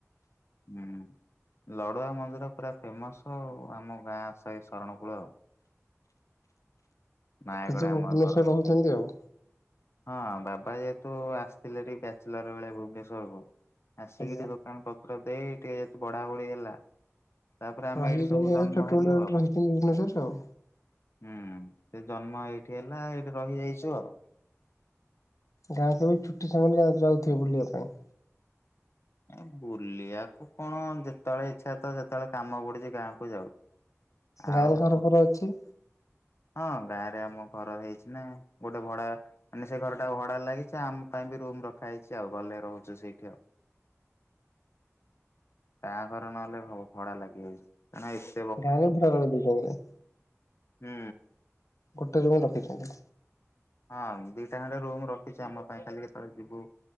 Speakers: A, on the left; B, on the left.
A: ହୁଁ ଲଡୁଆ ମନ୍ଦିର ପୁରା ଫେମସ ଆଉ ଆମ ଗାଁ। ଏଇ ଶରଣ କୁଳ ଆଉ। ନୟାଗଡ
B: କିନ୍ତୁ ଭୁବନେଶ୍ଵରରେ
A: ଆମ ଘର
B: ରହୁଛନ୍ତି ଆଉ,
A: ହଁ ବାବା ଯେହେତୁ ଆସିଥିଲେ ଏଠି ବ୍ୟାଚଲର ବେଳେ ଭୁବନେଶ୍ୱର କୁ ଆସିକି
B: ଆଜ୍ଞା।
A: ଏଠି- ପତ୍ର ଦେଇ ଟିକେ ବଢାବଢି ହେଲା। ତାପରେ ଆମେ
B: ରହିଛନ୍ତି
A: ଏଇଠି ସବୁ ଜନ୍ମ
B: ଛୋଟବେଳେ
A: ହେଲୁ ଆଉ।
B: ରହିଛନ୍ତି ଭୁବନେଶ୍ୱରରେ ଆଉ
A: ହୁଁ ଜ ଜନ୍ମ ଏଇଠି ହେଲା ଏଇଠି ରହିଯାଇଛୁ ଆଉ।
B: ଗାଁ କେ ବି ଛୁଟି ସମୟରେ ଯା ଯାଉଥିବେ ବୁଲିବା ପାଇଁ।
A: ଏ ବୁଲିବାକୁ କଣ ଯେତେବେଳେ ଇଚ୍ଛା ତ ସେତେବେଳେ କାମ ପଡୁଛି ଗାଁକୁୁ ଯାଉ। ଆଉ
B: ଗାଁରେ ଘର
A: ଛୁ
B: ଘର ଅଛି।
A: ହଁ ଗାଁ ରେ ଆମ ଘର ହେଇଛି ନା ଗୋଟେ ଭଡା ମାନେ ସେ ଘରଟା ଭଡା ଲାଗିଛି ଆମ ପାଇଁ ବି ରୁମ ରଖା ହେଇଛି ଆଉ ଗଲେ ରହୁଛୁ ସେଇଠି ଆଉ ଗାଁ ଘର ନହେଲେ ଭଡା ଲାଗିଯାଇଛି <unintelligible>
B: ପାଣି ପ୍ରବଳ ଦେଉଛନ୍ତି
A: ହୁଁ
B: ଗୋଟେ ରୁମ ରଖିଛନ୍ତି
A: ହଁ ଦିଟା ଖଣ୍ଡେ ରୁମ ରଖିଛି ଆମ ପାଇଁ ଖାଲି କେତେବେଳେ ଯିବୁ